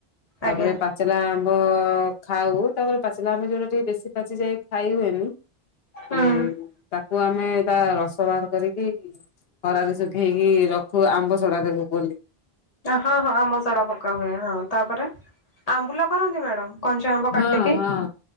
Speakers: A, on the left (about 70°); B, on the left (about 40°).
A: ତାପରେ
B: ଆଜ୍ଞା
A: ପାଚିଲା ଆମ୍ବ ଖାଉ ତାପରେ ପାଚିଲା ଆମର ଯୋଉଟା ଟିକେ ବେଶୀ ପାଚି ଯାଇ ଖାଇ ହୁଏନି
B: ହୁଁ
A: ତା ତାକୁ ଆମେ ତା ରସ ବାହାର କରିକି ଖରାରେ ସେ ହେଇକି ରଖୁ ଆମ୍ବ ସଡା ତାକୁ କୁହନ୍ତି ।
B: ହଁ ହଁ ଆମ୍ବସଡା ପକା ହୁଏ, ହଁ ତାପରେ ଆମ୍ବୁଲ କରନ୍ତି ମ୍ୟାଡାମ---? କଞ୍ଚା ଆମ୍ୱ
A: ହଁ
B: କାଟିକି
A: ହଁ